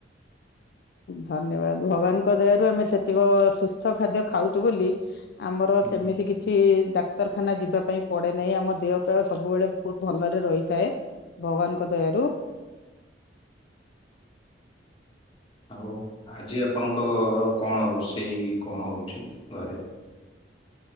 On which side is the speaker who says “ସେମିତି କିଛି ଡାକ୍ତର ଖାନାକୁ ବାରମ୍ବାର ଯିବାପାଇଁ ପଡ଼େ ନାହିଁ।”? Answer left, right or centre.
Left